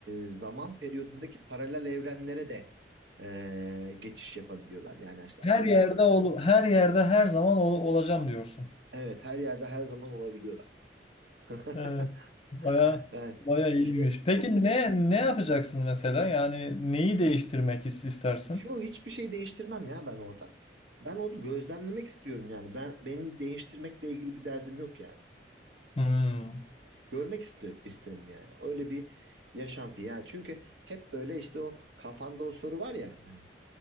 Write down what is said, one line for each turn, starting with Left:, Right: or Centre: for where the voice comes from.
Right: e, zaman periyodundaki paralel evrenlere de e, geçiş yapabiliyorlar. Yani işte
Left: her
Right: atıyorum.
Left: yerde ol, her yerde her zaman ol- olacağım diyorsun.
Right: Evet her yerde her zaman olabiliyorlar. <laughs>
Left: Evet, baya
Right: Evet,
Left: baya iyiymiş.
Right: işte
Left: Peki ne ne yapacaksın mesela? Yani neyi değiştirmek is- istersin?
Right: yo hiçbir şey değiştirmem ya ben orada. Ben onu gözlemlemek istiyorum yani. Ben benim değiştirmekle ilgili bir derdim yok yani.
Left: Hmm.
Right: Görmek ister, isterim yani. Öyle bir yaşantı ya. Çünkü hep böyle işte o kafanda o soru var ya hani